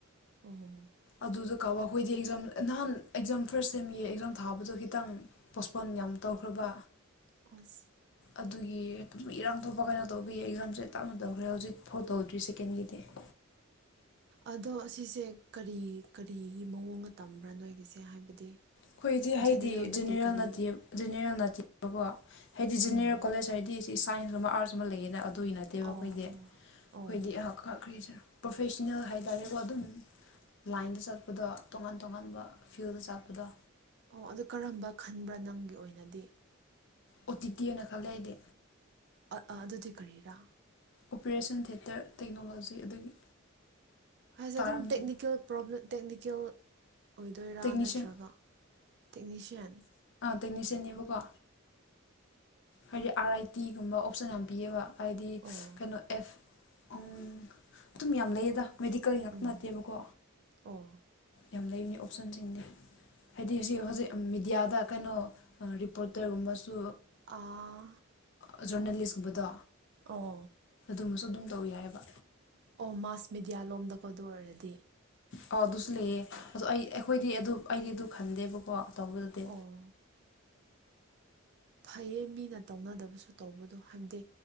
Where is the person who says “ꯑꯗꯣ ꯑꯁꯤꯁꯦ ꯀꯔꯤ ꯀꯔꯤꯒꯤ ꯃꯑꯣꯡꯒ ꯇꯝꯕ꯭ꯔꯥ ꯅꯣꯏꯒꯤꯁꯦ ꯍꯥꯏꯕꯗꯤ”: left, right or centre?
Right